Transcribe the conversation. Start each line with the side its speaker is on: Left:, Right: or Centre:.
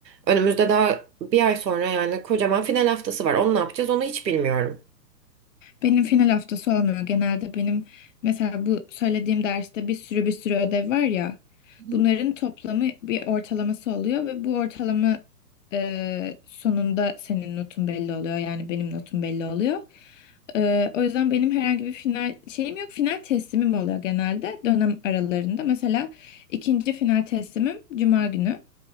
Right: Önümüzde daha bir ay sonra yani kocaman final haftası var. Onu ne yapacağız onu hiç bilmiyorum.
Left: Benim final haftası olmuyor. Genelde benim mesela bu söylediğim derste bir sürü bir sürü ödev var ya.
Right: Hı
Left: Bunların
Right: hı.
Left: toplamı bir ortalaması oluyor ve bu ortalama e, sonunda senin notun belli oluyor. Yani benim notum belli oluyor. E, o yüzden benim herhangi bir final şeyim yok. Final teslimim oluyor genelde dönem aralarında. Mesela ikinci final teslimim Cuma günü.